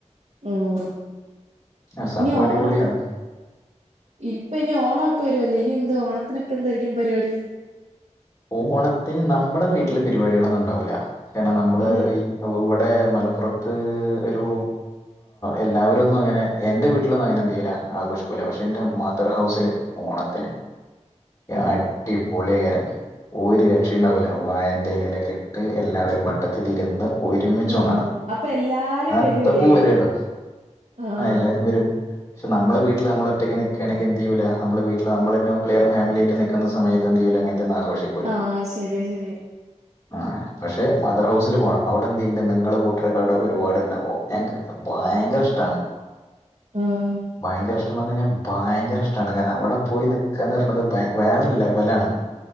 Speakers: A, on the right; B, on the left.
A: ഉം
B: ആ സംഭവം
A: ഇനി
B: അടിപൊളിയാണ്
A: ഓണൊക്കെ. ഇപ്പൊ ഇനി ഓണൊക്കെ വരുവല്ലേ ഇനി എന്താ ഓണത്തിനൊക്കെ എന്തായിരിക്കും പരിപാടി.
B: ഓണത്തിന് നമ്മുടെ വീട്ടില് പരിപാടികളൊന്നും ഉണ്ടാവൂല്ല കാരണം നമ്മള്.
A: അത്
B: ഇവിടെ മലപ്പുറത്ത് ഒരു എല്ലാവരൊന്നും അങ്ങനെ എന്റെ വീ ട്ടിലൊന്നും അങ്ങനെ എന്തെയ്യുല്ല ആഘോഷിക്കൂല. പക്ഷെ എന്റെ മദർ ഹൗസില് ഓണത്തിന്.
A: ആഹ്
B: അടിപൊളിയേക്കാരം. ഒരു രക്ഷേണ്ടാവൂല വായന്റെ എലലൊക്കട്ട് എല്ലാവരും വട്ടത്തിലിരുന്ന്. ഒരുമിച്ചുണ്ണണം
A: ആഹ് അപ്പൊ എല്ലാരും
B: അത്തപൂ
A: വരൂലേ
B: വരെ ഇടും
A: ആഹ്
B: ആ എല്ലാരും വരും. പക്ഷേ നമ്മളെ വീട്ടിൽ നമ്മളൊറ്റക്ക് നിക്കാണെങ്കി എന്തിയ്യൂല നമ്മളെ വീട്ടിൽ നമ്മളന്നെ ക്ലിയർ ഫാമിലിയായിട്ട് നി ക്കുന്ന സമയതെന്തിയ്യൂല ഇങ്ങനത്തൊന്നും ആഘോഷി
A: ആഹ് ശരിയ, ശെരിയ.
B: ആഹ് പക്ഷെ മദർ ഹൗസിൽ പോണം അവിടെന്തിയ്യ്ണ്ട് മെങ്ങള് കൂട്ടരൊക്കെ അവിടെ ഒരുപാടുണ്ടപ്പോ. ഞങ്ങക്കൊക്കെ ഭയങ്കര ഇഷ്ടാണ്.
A: ഉം
B: ഭയങ്കര ഇഷ്ടംന്ന് പറഞ്ഞഴിഞ്ഞാൽ ഭയങ്കര ഇഷ്ടാണ് കാരണം അവിടെ പോയി നിക്കാന്ന് പറയണത് വേറെ ലെവലാണ്.